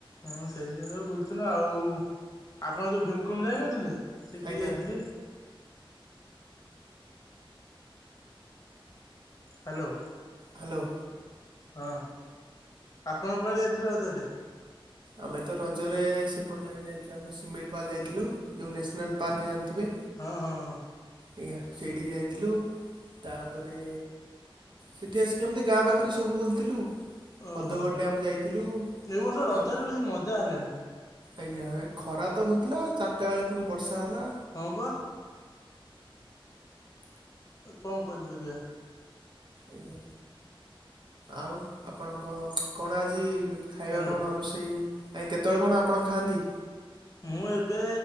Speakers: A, on the left (about 35°); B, on the right (about 55°).
A: ହଁ ସେଇ ଜାଗା ସବୁ ବୁଲୁଥିଲୁ ଆଉ ଆପଣ ଯୋଉ ଭୀମକୁଣ୍ଡ ଯାଇନଥିଲେ ସେଠିକି
B: ଆଜ୍ଞା
A: ଯାଇଥିଲି। ହାଲୋ।
B: ହାଲୋ।
A: ହଁ ଆପଣ କୁଆଡେ ଯାଇଥିଲେ ରଜରେ।
B: ଆମେ ତ ରଜରେ ସେପଟ ଲାଇନ୍ ଯାଇଥିଲୁ ଆମେ ସିମିଳିପାଲ୍ ଯାଇଥିଲୁ ଯୋଉ ନ୍ୟାସନାଲ୍। ପାର୍କ ଜାଣିଥିବେ।
A: ହଁ ହଁ ହଁ
B: ଆଜ୍ଞା ସେଇଠିକି ଯାଇଥିଲୁ ତାପରେ ସେଠି ଆସିକି ଏମିତି ଗାଁ ପାଖରେ ସବୁ ବୁଲୁଥିଲୁ
A: ଓହୋ
B: ହଦଗଡ଼ ଡ୍ୟାମ୍ ଯାଇଥିଲୁ।
A: ଏ ବର୍ଷ ରଜରେ
B: ତାପ
A: ବେଶୀ ମଜା ହେଲାନି।
B: ଆଜ୍ଞା ଏ ଖରା ତ ହୋଉଥିଲା ଚାରଟା ବେଳେ ଫୁଣି ବର୍ଷା ହେଲା।
A: ହଁ ବା। କଣ କରିପାରିବା।
B: ଆଜ୍ଞା ଆଉ ଆପଣଙ୍କ କଣ ଆଜି ଖାଇବା
A: ହ୍ୟାଲୋ
B: କଣ ରୋଷେଇ ଆଜ୍ଞା କେତବେଳେ କଣ ଆପଣ ଖାଆନ୍ତି।
A: ମୁଁ ଏବେ